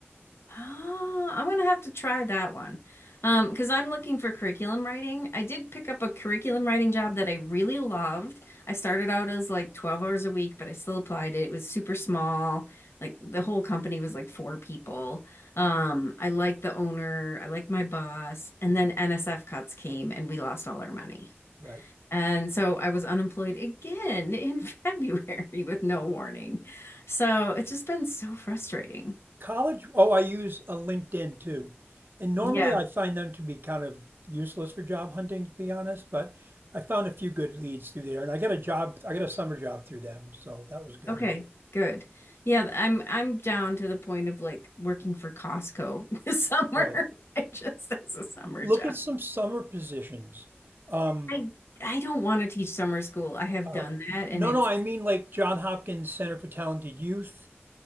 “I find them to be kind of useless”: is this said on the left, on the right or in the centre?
Right